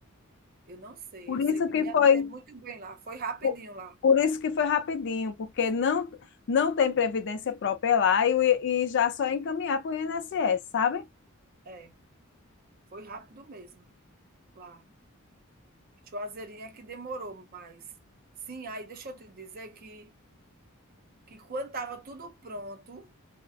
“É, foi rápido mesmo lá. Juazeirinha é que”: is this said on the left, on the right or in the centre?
Right